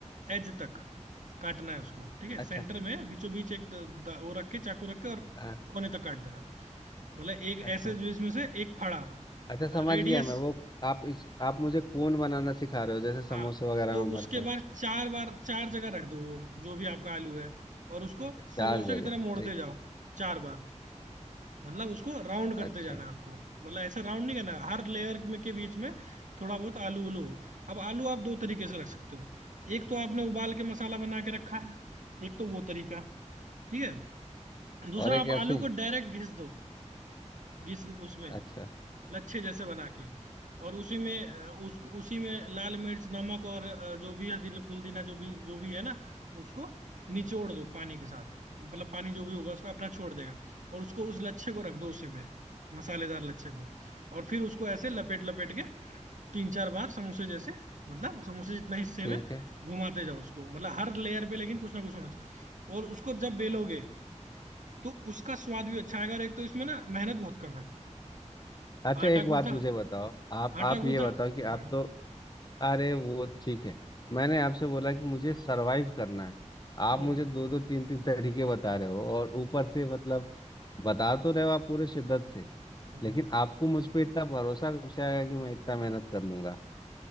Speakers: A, on the right; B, on the left.
A: एज तक काटना है उसको ठीक है
B: अच्छा
A: सेंटर में बीचों बीच एक द, द, वो रख के चाकू रख के और
B: हाँ
A: कोने तक काट देना मतलब एक
B: अच्छा
A: ऐसे जो इसमें से एक फाड़ा
B: अच्छा समझ
A: रेडियस
B: गया मैं वो आप इस आप मुझे कोन बनाना सिखा रहे हो जैसे समोसे
A: हाँ
B: वगैरह
A: तो
B: में भरते
A: उसके बाद
B: हैं
A: चार बार चार जगह रख दो वो, जो भी आपका आलू है और उसको
B: चार
A: समोसे
B: जगह
A: की तरह मोड़ते
B: ठीक
A: जाओ चार बार मतलब उसको राउंड करते
B: अच्छा
A: जाना है आपको मतलब ऐसा राउंड नहीं करना है, हर लेयर में के बीच में थोड़ा बहुत आलू उलू हो अब आलू आप दो तरीके से रख सकते हो एक तो आपने उबाल के मसाला बना के रखा है एक तो वो तरीका ठीक है दूसरा
B: और एक
A: आप आलू
B: ऐसे ही
A: को डायरेक्ट घिस दो घिस उसमें
B: अच्छा
A: लच्छे जैसे बना के और उसी में अ, उसको उसी में लाल मिर्च नमक और अ, जो भी हल्दी पुदीना जो भी जो भी है ना उसको निचोड़ दो पानी के साथ मतलब पानी जो भी होगा उसको अपना छोड़ देगा और उसको उस लच्छे को रख दो उसी पे मसालेदार लच्छे को और फिर उसको ऐसे लपेट लपेट के तीन चार बार समोसे जैसे मतलब समोसे जितना हिस्से
B: ठीक
A: में
B: है
A: घुमाते जाओ उसको मतलब हर लेयर पे लेकिन कुछ ना कुछ होना चाहिए और उसको जब बेलोगे तो उसका स्वाद भी अच्छा आएगा और एक तो इसमें ना मेहनत बहुत कम है
B: अच्छा
A: आटा
B: एक
A: गूंथा
B: बात मुझे बताओ आप
A: आटा
B: आप
A: गूंथा
B: ये बताओ कि
A: हम्म
B: आप तो अरे वो ठीक है मैंने आपसे बोला कि मुझे सरवाइव करना है आप
A: हम्म
B: मुझे दो दो तीन तीन तरीके बता रहे हो और ऊपर से मतलब बता तो रहे हो आप पूरे शिद्दत से
A: हम्म।
B: लेकिन आपको मुझ पे इतना भरोसा कब से आया कि मैं इतना मेहनत कर लूंगा